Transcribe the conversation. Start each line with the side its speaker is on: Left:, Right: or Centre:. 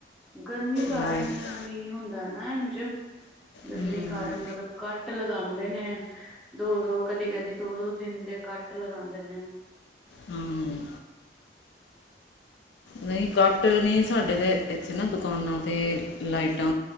Centre: ਗਰਮੀ ਕਾਰਨ
Left: ਲਾਈਟ
Centre: ਵੀ ਹੁੰਦਾ ਨਾ ਇੰਝ ਗਰਮੀ
Left: ਹੂੰ,
Centre: ਕਾਰਨ ਮਤਲਬ ਕੱਟ ਲਗਾਉਂਦੇ ਨੇ ਦੋ ਦੋ ਕਦੀ ਕਦੀ ਦੋ ਦੋ ਦਿਨ ਦੇ ਕੱਟ ਲਗਾਉਂਦੇ ਨੇ
Left: ਹਮ
Centre: ਸ
Left: ਨਹੀਂ ਕੱਟ ਨਹੀਂ ਸਾਡੇ ਤਾਂ ਇੱਥੇ ਨਾ ਦੁਕਾਨਾਂ ਤੇ ਲਾਈਟਾਂ